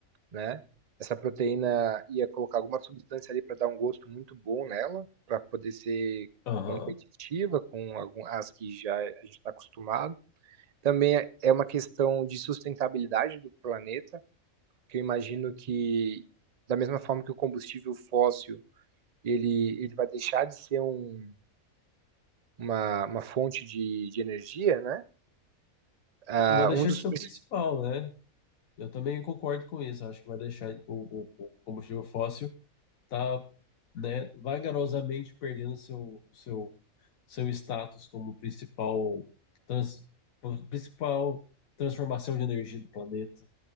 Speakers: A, on the right (about 40°); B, on the left (about 80°).
A: né? Essa proteína ia colocar alguma substância ali para dar um gosto muito bom nela, para poder ser
B: Aham.
A: competitiva com algum, as que já a gente está acostumado. Também é é uma questão de sustentabilidade do planeta, que eu imagino que, da mesma forma que o combustível fóssil, ele, ele vai deixar de ser um uma, uma fonte de, de energia, né? Ah,
B: Vai deixar
A: um dos.
B: de ser
A: princ-
B: o principal, né? Eu também concordo com isso. Acho que vai deixar o, o o combustível fóssil tá, né, vagarosamente perdendo seu, seu, seu status como principal, trans, principal transformação de energia do planeta.